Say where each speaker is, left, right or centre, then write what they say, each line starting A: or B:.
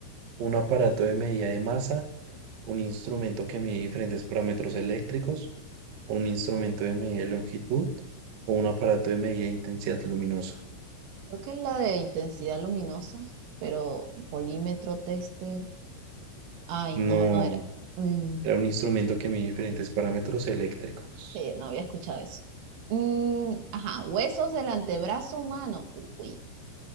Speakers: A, on the right; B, on the right.
A: ¿Un aparato de medida de masa? ¿Un instrumento que mide diferentes parámetros eléctricos? ¿Un instrumento de medida de longitud? ¿O un aparato de medida de intensidad luminosa?
B: Creo que es la de intensidad luminosa, pero polímetro tester. Ay,
A: No.
B: no, no era. Mm,
A: Era un instrumento que mide diferentes parámetros eléctricos.
B: sí, no había escuchado eso. Mm, ajá, huesos del antebrazo humano. Uy,